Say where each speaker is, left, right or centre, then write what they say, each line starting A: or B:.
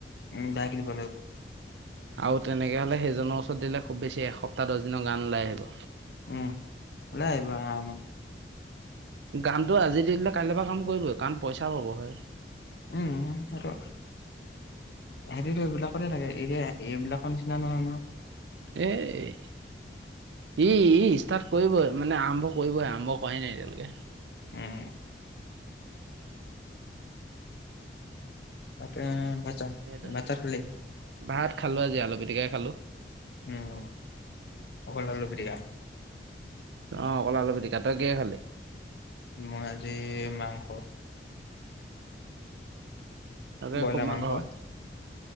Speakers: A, on the left; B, on the right.
A: উম <unintelligible> লাগিব।
B: আৰু তেনেকে হলে সেইজনৰ ওচৰত দিলে খুব বেছি, এসপ্তাহ- দছ দিনৰ গান ওলাই আহিব।
A: উম, লৈ আহিব
B: গানটো আজি দি দিলে কাইলৈ পৰা কাম কৰিবই। কাৰণ পইচা পাব হয়।
A: উম, সেইটো সেহতি তো এইবিলাকতে থাকে। এতিয়া এইবিলাকৰ নিচিনা নহয় নহয়।
B: এ, ই- ই ষ্টাৰ্ট কৰিবই, মানে আৰম্ভ কৰিবই আৰম্ভ উপাই নাই এতিয়ালৈকে।
A: উম। তাকে হে। ভাত
B: সেইটো
A: চাত খালি?
B: ভাত খালো আজি আলু পিটিকাই খালো
A: উম, অকল আলু পিটিকা?
B: অ, অকল আলু পিটিকা। তই কিহে খালি?
A: মই আজি মাংস।
B: তাকে
A: ব্ৰইলাৰ
B: খুব
A: মাংস।
B: খা